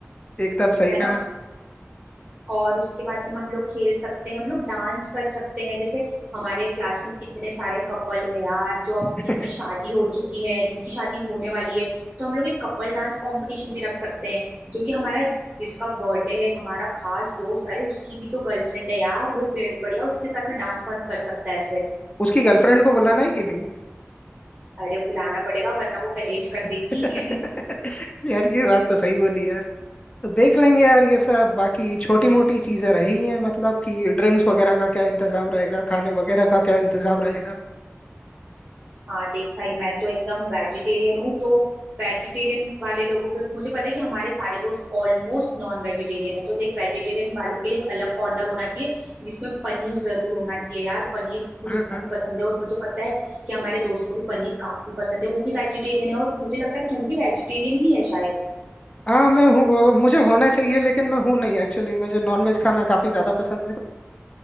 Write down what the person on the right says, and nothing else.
है ना
और उसके बाद में हम लोग खेल सकते हैं हम लोग डांस कर सकते हैं जैसे हमारे क्लास में कितने सारे कपल है यार जो अब
जिनकी शादी हो चुकी है जिनकी शादी होने वाली है तो हम लोग एक कपल डांस कंपटीशन भी रख सकते हैं जो कि हमारा जिसका बर्थडे है हमारा खास दोस्त अरे उसकी भी तो गर्लफ्रेंड है यार वो बड़े बढ़िया उसके साथ में डांस वांस कर सकता है फिर
अरे बुलाना पड़ेगा वरना वो कलेश कर देगी
<laughs>
हाँ देख भाई मैं तो एकदम वेजिटेरियन हूँ तो वेजिटेरियन वाले लोगों को मुझे पता है कि हमारे सारे दोस्त ऑलमोस्ट नॉन वेजिटेरियन है तो देख वेजिटेरियन वालों के लिए एक अलग कॉर्नर होना चाहिए जिसमें पनीर जरूर होना चाहिए यार पनीर मुझे
बहुत
पसंद है और मुझे पता है कि हमारे दोस्त को भी पनीर काफी पसंद है वो भी वेजिटेरियन है और मुझे लगता है तू भी वेजिटेरियन ही है शायद